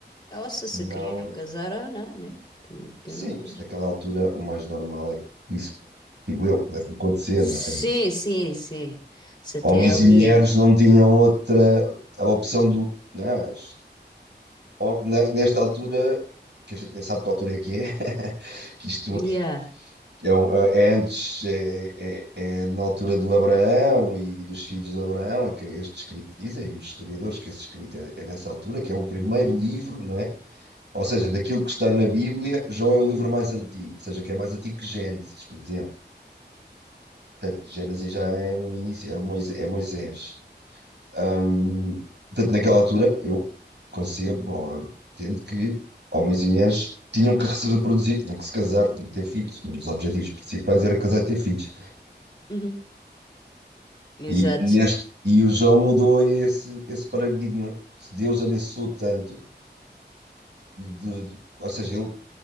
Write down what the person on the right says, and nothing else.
Não,
sim,
mas naquela altura o mais normal é que isso, digo eu, pudesse acontecer,
não é?
Homens
e mulheres
não tinham outra a opção do, não é? Ó, ne- Nesta altura, que a gente nem sabe que altura é que é, <laughs> que isto
é, um- é é antes, é, é- é na altura do Abraão e dos filhos do Abraão, é que este escrito, dizem os historiadores que esse escrito é, é dessa altura, que é o primeiro livro, não é? Ou seja, daquilo que está na Bíblia, Jó é o livro mais antigo, ou seja, que é mais antigo que Gênesis, por exemplo. Portanto, Gênesis já é no início, é Moisés. É Moisés. Ahm, portanto, naquela altura, eu concebo, ou entendo que homens e mulheres tinham que se reproduzir, tinham que se casar, tinham que ter filhos. Um dos objetivos principais era casar e ter filhos.
E, neste, e o João mudou esse, esse paradigma. Se Deus abençoou tanto, de- de- ou seja, ele